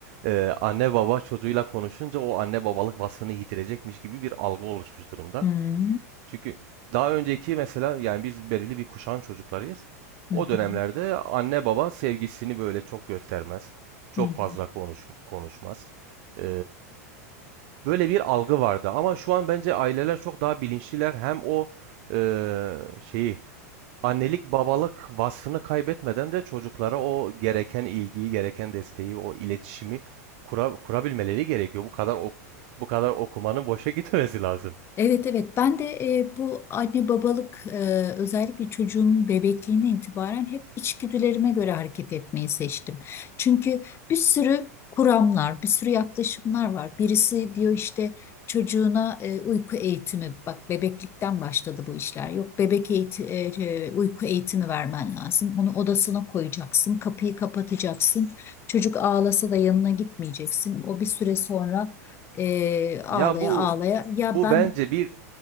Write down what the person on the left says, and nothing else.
Hı hı,
hı
hı,
hı hı.
Evet evet ben de e, bu anne babalık e, özellikle çocuğumun bebekliğine itibaren hep içgüdülerime göre hareket etmeyi seçtim. Çünkü bir sürü kuramlar, bir sürü yaklaşımlar var. Birisi diyor işte çocuğuna e, uyku eğitimi bak bebeklikten başladı bu işler. Yok bebek eğiti, e, e, uyku eğitimi vermen lazım. Onu odasına koyacaksın, kapıyı kapatacaksın. Çocuk ağlasa da yanına gitmeyeceksin. O bir süre sonra e, ağlaya
ağlaya ya
ben